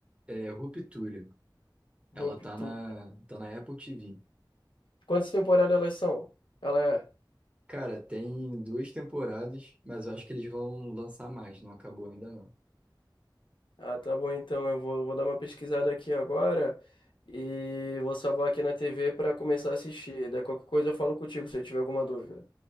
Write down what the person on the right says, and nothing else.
é Ruptura. Ela
tá na, tá na Apple TV.
Cara, tem duas temporadas, mas eu acho que eles vão lançar mais, não acabou ainda não.